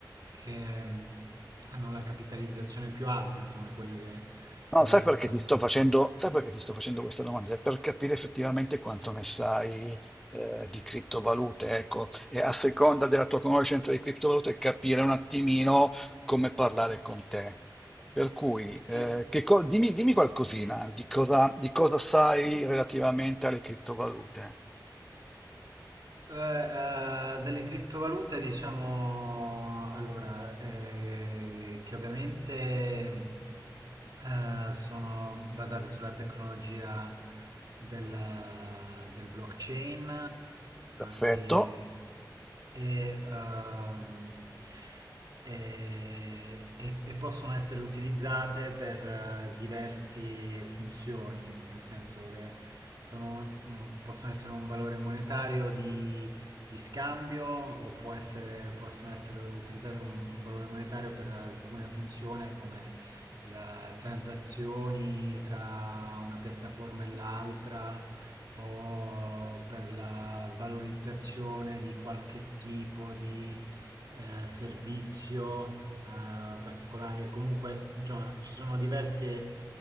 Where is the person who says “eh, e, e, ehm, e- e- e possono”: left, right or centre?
Right